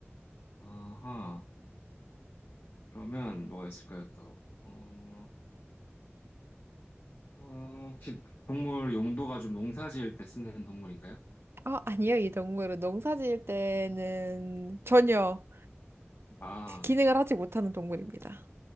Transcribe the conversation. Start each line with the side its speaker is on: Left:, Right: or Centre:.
Left: 아하, 그러면 뭐가 있을까요, 또? 어, 어, 혹시 동물 용도가 좀 농사 지을 때 쓰는 동물인가요?
Right: 아, 아니요, 이 동물은 농사 지을 때는 전혀
Left: 아,
Right: 그 기능을 하지 못하는 동물입니다.